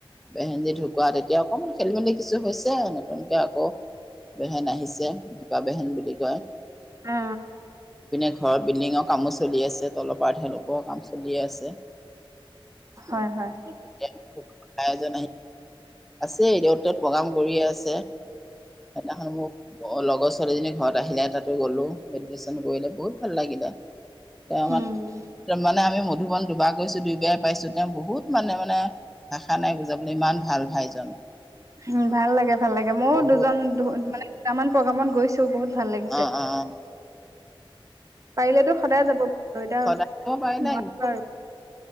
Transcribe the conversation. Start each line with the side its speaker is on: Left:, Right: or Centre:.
Centre: বেহেনজি ঢুকোৱাত এতিয়া অকণমান খেলি মেলি কিছু হৈছে নতুনকৈ আকৌ বেহেন আহিছে। দীপা বেহেন বুলি কয়।
Right: অ
Centre: ইপিনে ঘৰৰ বিল্ডিংত কামো চলি আছে, তলৰ পাৰ্টহে ল'ব কাম চলিয়ে আছে,
Right: হয় হয়
Centre: <unintelligible> আছেই অ'ত ত'ত প্ৰগ্ৰাম কৰিয়েই আছে। সেইদিনাখন মোৰ লগৰ ছোৱালীজনী ঘৰত আহিলে তাতো গ'লো, মেডিটেচন কৰিলে বহুত ভাল লাগিলে। <unintelligible>
Right: উম
Centre: মানে আমি মধুবন দুবাৰ গৈছোঁ দুই বাই পাইছোঁ তেওঁ বহুত মানে মানে ভাষা নাই বুজাবলৈ ইমান ভাল ভাইজন।
Right: উম, ভাল লাগে, ভাল লাগে ময়ো
Centre: বহুত
Right: দুজন মানে কেইটামান প্ৰগ্ৰামত গৈ ছ বহুত ভাল লাগিছে
Centre: অ অ অ
Right: পাৰিলেতো সদায় যাব এতিয়া
Centre: সদায়
Right: নোৱাৰিব
Centre: কব পাৰিলে
Right: আৰু